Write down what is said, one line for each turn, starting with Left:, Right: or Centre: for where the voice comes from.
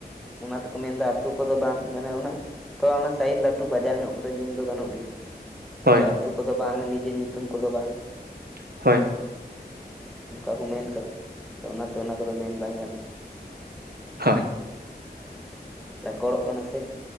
Centre: ᱚᱱᱟ ᱛᱮᱠᱚ ᱢᱮᱱᱫᱟ ᱟᱛᱩ ᱠᱚᱫᱚ ᱵᱟᱝ ᱢᱟᱱᱮ ᱚᱱᱟ᱾ ᱛᱚ ᱚᱱᱟ ᱥᱟᱭᱤᱰ ᱞᱟᱹᱴᱩ ᱵᱟᱡᱟᱨ ᱧᱚᱜ ᱠᱚᱫᱚ ᱧᱩᱢ ᱫᱚ ᱜᱟᱱᱚᱜ ᱜᱮᱭᱟ᱾ ᱟᱫᱚ
Right: ᱦᱳᱭ
Centre: ᱟᱹᱛᱩ ᱠᱚᱫᱚ ᱵᱟᱝᱟ ᱱᱤᱡᱮ ᱧᱩᱛᱩᱢ ᱠᱚᱫᱚ ᱵᱟᱝ᱾
Right: ᱦᱳᱭ᱾
Centre: ᱚᱱᱠᱟ ᱠᱚ ᱢᱮᱱ ᱠᱟᱫᱟ ᱟᱫᱚ ᱚᱱᱟᱛᱮ ᱚᱱᱟ ᱠᱚᱫᱚ ᱢᱮᱱ ᱵᱟᱝ ᱜᱟᱱᱚᱜ-ᱟ᱾
Right: ᱦᱚᱭ᱾
Centre: ᱨᱮᱠᱚᱲᱚᱜ ᱠᱟᱱᱟ ᱥᱮ᱾